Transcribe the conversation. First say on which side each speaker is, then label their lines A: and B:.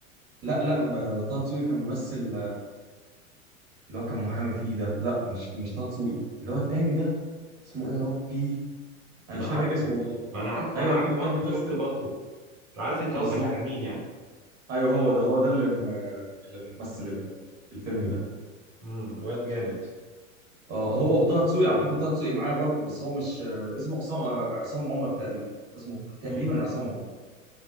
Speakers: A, on the right; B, on the right.
A: لا لا آه، طه دسوقي كان ممثل اللي هو كان محامي فيه ده لا مش مش طه دسوقي اللي هو التاني ده اسمه ايه يا ربي انا
B: انا
A: مش فاكر
B: عارفه
A: اسمه والله
B: انا عارفه
A: ايوه
B: انا عارف
A: اللي
B: بالطو
A: هو كان ممثل
B: شفت بالطو عارف انت
A: بالظبط
B: قصدك على مين يعني
A: ايوه هو ده هو ده اللي م... اللي ممثل ال- الفيلم ده
B: امم واد جامد
A: اه هو وطه دسوقي على فكره طه دسوقي معايا برضه بس هو مش آه، اسمه عصام آه، عصام عمر تقريبا اسمه تقريبا
B: امم
A: عصام عمر